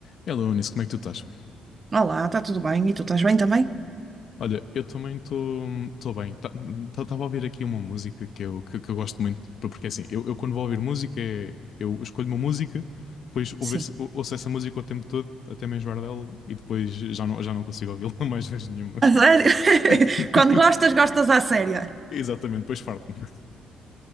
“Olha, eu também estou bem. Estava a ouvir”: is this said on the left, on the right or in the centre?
Left